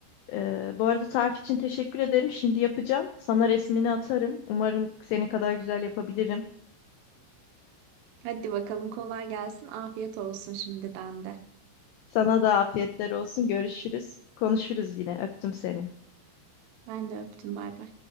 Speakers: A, on the left; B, on the right.
A: Ee, bu arada tarif için teşekkür ederim. Şimdi yapacağım. Sana resmini atarım. Umarım senin kadar güzel yapabilirim.
B: Hadi bakalım kolay gelsin. Afiyet olsun şimdiden de.
A: Sana da afiyetler olsun. Görüşürüz. Konuşuruz yine. Öptüm seni.
B: Ben de öptüm bay bay.